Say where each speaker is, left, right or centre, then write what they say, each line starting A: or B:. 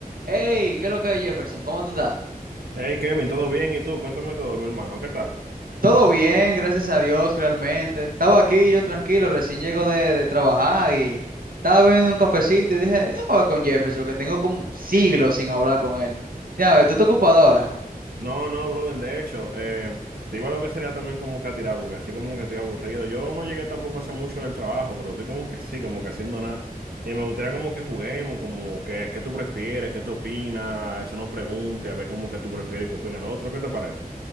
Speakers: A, on the right; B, on the right.
A: Hey, ¿qué es lo que es Jefferson? ¿Cómo tú estás?
B: Hey Kevin, ¿todo bien? ¿Y tú? Cuéntame todo, mi hermano, ¿qué tal?
A: Todo bien, gracias a Dios, realmente. Estaba aquí yo tranquilo, recién llego de, de trabajar y estaba bebiendo un cafecito y dije, déjame hablar con Jefferson, que tengo como siglos sin hablar con él. Ya, a ¿tú estás ocupado ahora?
B: No, no, brother, de hecho, eh, te iba a lo que sería también como que a tirar, porque así como que estoy aburrido. Yo no llegué tampoco hace mucho del trabajo, pero estoy como que así, como que haciendo nada. Y me gustaría como que juguemos, como que qué tú prefieres, qué te opinas, eso no pregunte, a ver como que tú prefieres y qué opina el otro, ¿qué te parece?